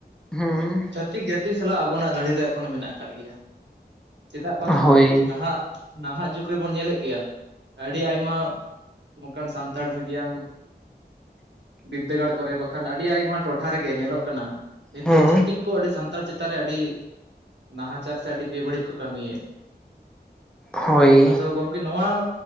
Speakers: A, in the centre; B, on the right.
A: ᱦᱩᱸ᱾
B: ᱪᱷᱟᱹᱛᱤᱠ ᱡᱟᱹᱛᱤ ᱥᱟᱞᱟᱜ ᱟᱵᱚᱱᱟᱜ ᱞᱟᱹᱲᱦᱟᱹᱭ ᱫᱚ ᱮᱠᱷᱚᱱᱚ ᱢᱮᱱᱟᱜ ᱟᱠᱟᱫ ᱜᱮᱭᱟ, ᱪᱮᱫᱟᱜ ᱵᱟᱝᱢᱟ
A: ᱦᱳᱭ
B: ᱱᱟᱦᱟᱜ ᱱᱟᱦᱟᱜ ᱡᱩᱜᱽ ᱨᱮᱵᱚᱱ ᱧᱮᱞᱮᱫ ᱜᱮᱭᱟ ᱟᱹᱰᱤ ᱟᱭᱢᱟ ᱱᱚᱝᱠᱟᱱ ᱥᱟᱱᱛᱟᱲ ᱢᱤᱰᱤᱭᱟᱢ ᱵᱤᱫᱽᱫᱟᱹᱜᱟᱲ ᱠᱚᱨᱮ ᱵᱟᱠᱷᱟᱱ ᱟᱹᱰᱤ ᱟᱭᱢᱟ ᱴᱚᱴᱷᱟ ᱨᱮᱜᱮ ᱧᱮᱞᱚᱜ ᱠᱟᱱᱟ᱾ ᱱᱤᱛᱚᱜ
A: ᱦᱩᱸ
B: ᱪᱷᱟᱛᱤᱠ ᱠᱚ ᱟᱹᱰᱤ ᱥᱟᱱᱛᱟᱲ ᱪᱮᱛᱟᱱ ᱨᱮ ᱟᱹᱰᱤ ᱱᱟᱦᱟᱪᱟᱨ ᱥᱮ ᱟᱹᱰᱤ ᱵᱮᱵᱟᱹᱲᱤᱡ ᱠᱚ ᱠᱟᱹᱢᱤᱭᱮᱫ,
A: ᱦᱳᱭ
B: ᱟᱫᱚ ᱜᱚᱢᱠᱮ ᱱᱚᱣᱟ